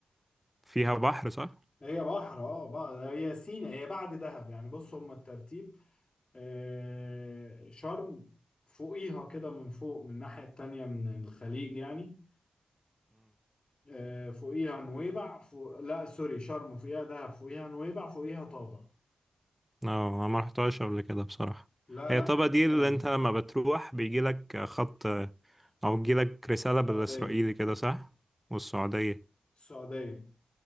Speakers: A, in the centre; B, on the left.
A: فيها بحر صح
B: هي بحر اه بقى هي سينا هي بعد دهب يعني بص هما الترتيب آه، شرم فوقيها كده من فوق من الناحية التانية من الخليج يعني آه، فوقيها نويبع فوق لا سوري شرم فوقيها دهب فوقيها نويبع فوقيها طابة
A: اه انا ما رحتهاش قبل كده بصراحة
B: لا
A: هي
B: لا
A: الطبقة
B: جميلة
A: دي اللي انت لما بتروح بيجي لك خط او بيجي لك رسالة
B: السعودية
A: بالاسرائيلي كده صح والسعودية
B: السعودية